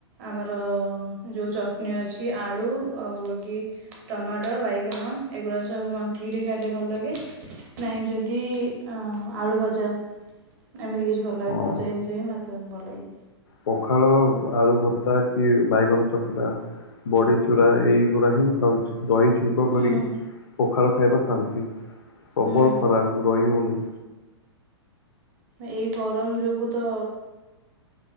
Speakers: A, on the right; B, on the left.
A: ଆମର ଯେଉଁ ଚଟଣି ଅଛି ଆଳୁ ଆଉ ବାକି ଟମାଟୋ ବାଇଗଣ ଏଗୁଡ଼ାକ ସବୁ। ସବୁ ମନ୍ତିକରି ଖାଇଲେ ଭଲ ଲାଗେ ନାହିଁ ଯଦି ଆଳୁ ଭଜା ଏମିତି କିଛି ଭଲ ଲାଗେ
B: ହଁ
A: ଭଜା ଜିନିଷ ହିଁ ଭାତ ଭଲ ଲାଗେ।
B: ପଖାଳ ଆଳୁ ଭର୍ତ୍ତା କି ବାଇଗଣ ଚକଟା ବଡି ଚୁରା ଏଇଗୁଡା ହିଁ ମୁଁ ଖାଉଛି। ଦହି ଛୁଙ୍କ କରି
A: ହୁଁ
B: ପଖାଳ ଖାଇବା ଶାନ୍ତି। ପ୍ରବଳ
A: ହୁଁ
B: ଖରାପ ରହି ହଉନି।
A: ଏଇ ଗରମ ଯୋଗୁ ତ।